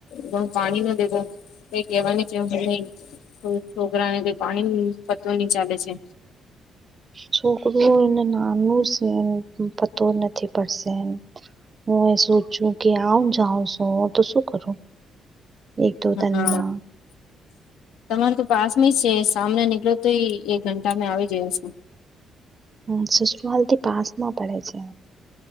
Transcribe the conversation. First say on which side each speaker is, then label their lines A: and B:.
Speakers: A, on the left; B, on the right.
A: ઘણું પાણી ન દેવો કઈ કહેવાને જરૂર નહી. છોકરા ને કઈ પાણી પતો ની ચાલે છે.
B: છોકરું એને નાનું છે એ પતો નથી પડશે એમ. હું એ સોચું કે આવ જાઉ છું તો શું કરું. એક દો
A: <unintelligible>
B: તનમાં.
A: તમારે તો પાસ મી છે સામને નીકળ્યો તો એક ઘંટા મેં આવી જોયો છું.
B: હમ્મ સસુરાલ થી પાસ માં પડે છે.